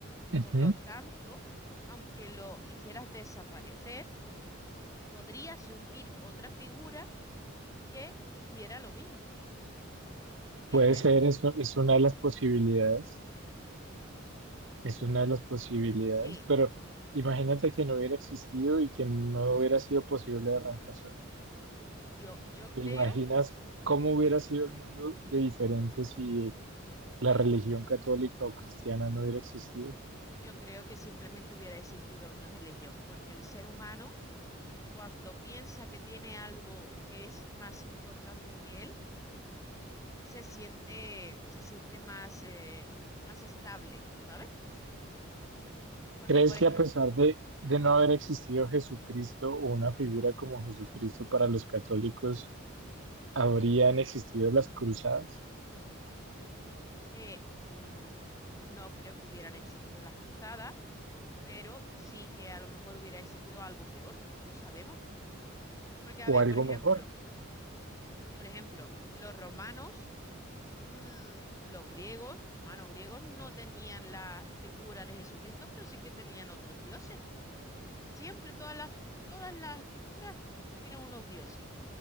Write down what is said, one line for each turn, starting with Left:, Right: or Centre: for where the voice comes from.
Right: Ujú.
Left: Por lo tanto, aunque lo hicieras desaparecer, podría surgir otra figura que hiciera lo mismo. ¿Entiendes?
Right: Puede ser, es, u- es una de las posibilidades, es una de las posibilidades,
Left: Sí,
Right: pero imagínate que no hubiera existido y que no hubiera sido posible de reemplazar.
Left: yo, yo creo,
Right: ¿Te imaginas cómo hubiera sido el mundo de diferente si la religión católica o cristiana no hubiera existido?
Left: yo creo que simplemente hubiera existido otra religión, porque el ser humano, cuando piensa que tiene algo que es más importante que él, se siente, se siente más, eh, más estable, ¿sabes? Porque,
Right: ¿Crees
Left: por ejemplo,
Right: que a pesar de, de no haber existido Jesucristo o una figura como Jesucristo para los católicos, habrían existido las cruzadas
Left: eh, mm, no creo que hubieran existido las cruzadas, pero sí que a lo mejor hubiera existido algo peor, no lo sabemos. Porque, a
Right: o
Left: ver,
Right: algo
Left: por ejemplo,
Right: mejor?
Left: por ejemplo, los romanos, mm, los griegos, romanos griegos, no tenían la figura de Jesucristo, pero sí que tenían otros dioses. Siempre todas las, todas las culturas tienen unos dioses.